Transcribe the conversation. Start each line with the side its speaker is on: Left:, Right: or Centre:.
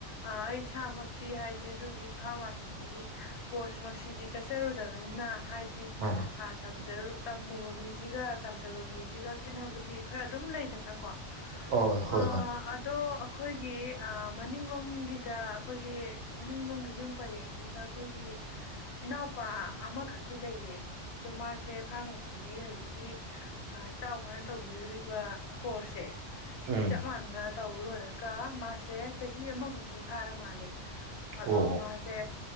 Left: ꯑ ꯑꯩ ꯏꯁꯥꯃꯛꯇꯤ ꯍꯥꯏꯗꯤ ꯑꯗꯨꯒꯤ ꯐꯥꯔꯃꯥꯁꯤꯒꯤ ꯀꯣꯔꯁ ꯃꯛꯁꯤꯗꯤ ꯆꯠꯆꯔꯨꯗꯕꯅꯤꯅ ꯍꯥꯏ ꯗꯤ
Right: ꯑꯥ
Left: ꯑ ꯇꯝꯖꯔꯨ ꯇꯝꯃꯨꯕ ꯃꯤꯁꯤꯒ ꯇꯝꯗꯕ ꯃꯤꯁꯤꯒ ꯈꯦꯠꯅ ꯗꯤ ꯈꯔ ꯑꯗꯨꯝ ꯂꯩꯗꯅꯀꯣ
Right: ꯍꯣꯏ ꯍꯣꯏ
Left: ꯑꯥ
Right: ꯍꯣꯏ
Left: ꯑꯗꯣ ꯑꯈꯣꯏꯒꯤ ꯑꯥ ꯃꯅꯤꯡꯂꯣꯝꯒꯤꯗ ꯑꯈꯣꯏꯒꯤ ꯃꯅꯤꯡꯂꯣꯝꯒꯤ ꯌꯨꯝ ꯄꯔꯦꯡꯁꯤꯗ ꯑꯈꯣꯏꯒꯤ ꯏꯅꯥꯎꯄꯥ ꯑꯃꯈꯛꯇꯤ ꯂꯩꯌꯦ ꯇꯣ ꯃꯥꯁꯦ ꯐꯥꯔꯃꯁ ꯁꯤꯒꯤ ꯍꯧꯖꯤꯛꯀꯤ ꯑꯥ ꯏꯇꯥꯎ ꯈꯣꯏꯅ ꯇꯧꯕꯤꯔꯤꯕ ꯀꯣꯔꯁꯁꯦ
Right: ꯎꯝ
Left: ꯁꯤ ꯆꯄ ꯃꯥꯟꯅꯥ ꯇꯧꯜ ꯂꯧꯔ ꯀ ꯃꯥꯁꯦ ꯆꯍꯤ ꯑꯃꯃꯨꯛꯇꯤ ꯐꯔꯥ ꯃꯥꯜꯂꯦ ꯑꯗꯣ
Right: ꯎꯝ ꯑꯣ
Left: ꯃꯥꯁꯦ